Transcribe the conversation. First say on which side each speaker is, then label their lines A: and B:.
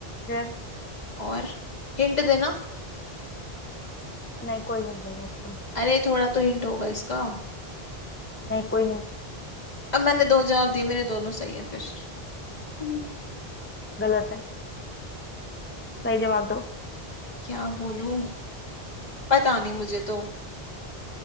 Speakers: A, on the left; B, on the left.
A: फिर
B: और हिंट देना
A: नहीं कोई हिंट नहीं है इसको
B: अरे थोड़ा तो हिंट होगा इसका
A: नहीं कोई हिंट नहीं है।
B: अब मैंने दो जवाब दिए मेरे दोनों सही है फिर हम्म।
A: गलत है सही जवाब दो
B: क्या बोलूं पता नहीं मुझे तो